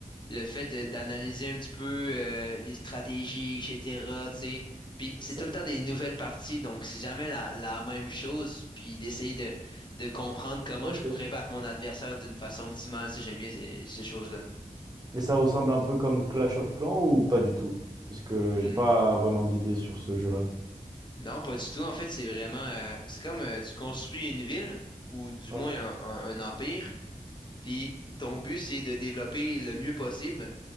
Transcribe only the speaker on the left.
le fait de- d'analyser un petit peu euh, les stratégies, etc. tu sais. Puis c'est
tout le temps des nouvelles parties, donc c'est jamais la, la même chose. Puis d'essayer de, de comprendre comment
je pourrais battre mon adversaire d'une façon optimale, tu sais, j'aime bien ces, ces choses-là.
Mm.
Non, pas du tout. En fait, c'est vraiment, euh, c'est comme euh, tu construis une ville ou du
moins
un, un- un empire. Puis ton but, c'est de développer le mieux possible.